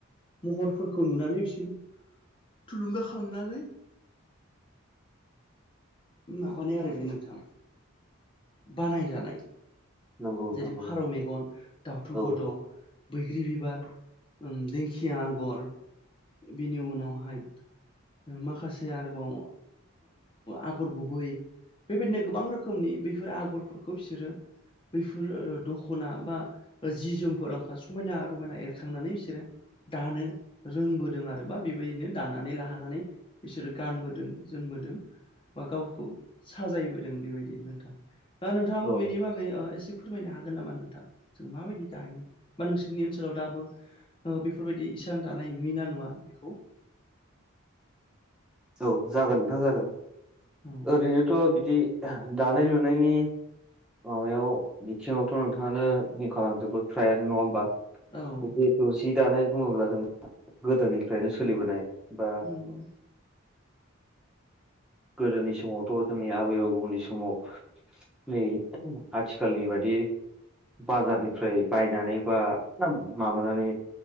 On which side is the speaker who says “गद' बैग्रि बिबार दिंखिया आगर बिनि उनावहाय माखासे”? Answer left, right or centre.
Left